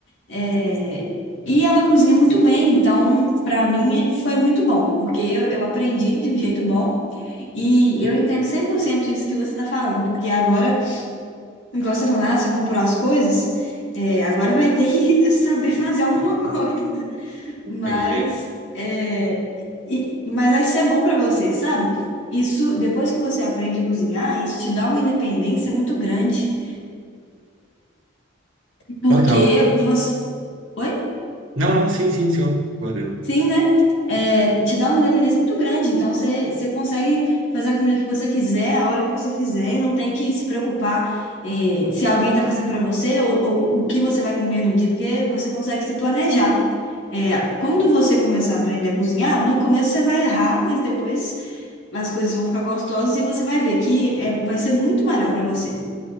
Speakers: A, on the left; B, on the right.
A: É, e ela cozinha muito bem, então para mim foi muito bom, porque eu, eu aprendi de um jeito bom e eu entendo 100% isso que você está falando, porque agora, igual você falou, ah, você comprou as coisas, é, agora vai ter que <laughs> saber fazer alguma <laughs> coisa, mas,
B: Tem jeito.
A: é, e- mas vai ser bom para você, sabe? Isso, depois que você aprende a cozinhar, isso te dá uma independência muito grande, porque
B: Total.
A: você. Oi?
B: Não, não, sim, sim, senhor. Concordando.
A: Sim, né? É, te dá uma independência muito grande. Então, você, você consegue fazer a comida que você quiser, a hora que você quiser, e não tem que se preocupar, é, se alguém está fazendo para você ou, ou o que você vai comer no dia, porque você consegue se planejar. É, quando você começar a aprender a cozinhar, no começo você vai errar, mas depois as coisas vão ficar gostosas e você vai ver que é, vai ser muito melhor para você.